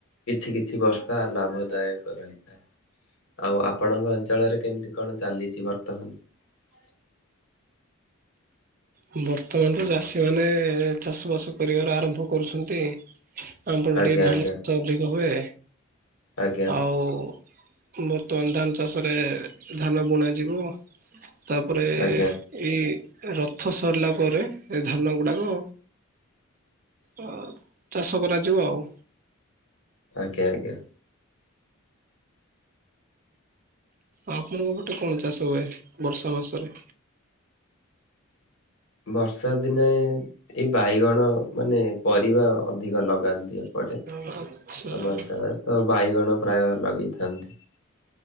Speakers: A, on the left; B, on the right.
A: କିଛି କିଛି ବର୍ଷା ଲାଭଦାୟକ ରହିଥାଏ। ଆଉ ଆପଣଙ୍କ ଅଞ୍ଚଳରେ କେମିତି କଣ ଚାଲିଛି ବର୍ତ୍ତମାନ
B: ବର୍ତ୍ତମାନ ତ ଚାଷୀ ମାନେ ଚାଷ ବାସ କରିବାର ଆରମ୍ଭ କରୁଛନ୍ତି। ଆମ୍ବ ବିଲରେ
A: ଆଜ୍ଞା
B: ଧାନ
A: ଆଜ୍ଞା
B: ଚାଷ ଅଧିକ ହୁଏ
A: ଆଜ୍ଞା
B: ଆଉ ବର୍ତ୍ତମାନ ଧାନ ଚାଷରେ ଧାନ ବୁଣାଯିବ। ତାପରେ
A: ଆଜ୍ଞା
B: ଏଇ ରଥ ସରଲା ପରେ ଏ ଧାନ ଗୁଡାକ ଅ ଚାଷ କରାଯିବ ଆଉ।
A: ଆଜ୍ଞା ଆଜ୍ଞା।
B: ଆପଣଙ୍କ ପଟେ କଣ ଚାଷ ହୁଏ ବର୍ଷା ମାସରେ
A: ବର୍ଷା ଦିନେ ଏଇ ବାଇଗଣ ମାନେ ପରିବା ଅଧିକ ଲଗାନ୍ତି ଏପ
B: <unintelligible> ଆଚ୍ଛା
A: ଆମ ଅଞ୍ଚଳରେ ତ ବାଇଗଣ ପ୍ରାୟ ଲଗେଇଥାନ୍ତି।